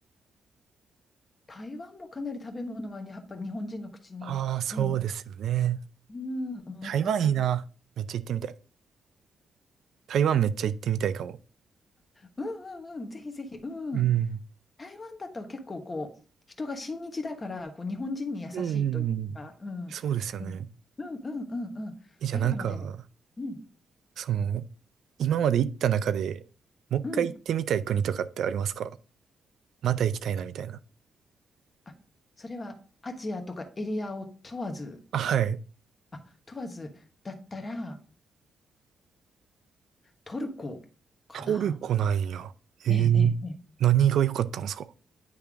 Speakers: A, on the left; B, on the right.
A: 台湾もかなり食べ物は、やっぱ日本人の口にう
B: ああ、そうですよね。
A: うん、思ったけど、
B: 台湾いいな。めっちゃ行ってみたい。台湾めっちゃ行ってみたいかも。
A: うんうんうん、ぜひぜひ、うん。
B: うん。
A: 台湾だと結構こう、人が親日だから、こう、日本人に優しいというか、
B: うんうんうん。
A: うん。
B: そうですよね。
A: うんうんうんうんうん。
B: え、じゃあなんか、
A: あるので、うん。
B: その、今まで行った中で、もう一回行ってみたい国とかってありますか
A: うん
B: また行きたいなみたいな。
A: あそれはアジアとかエリアを問わず、
B: あ、はい。
A: あ、問わずだったらトルコかな。
B: トルコなんや。へえ。
A: ええ、ええ、ええ
B: 何が良かったんですか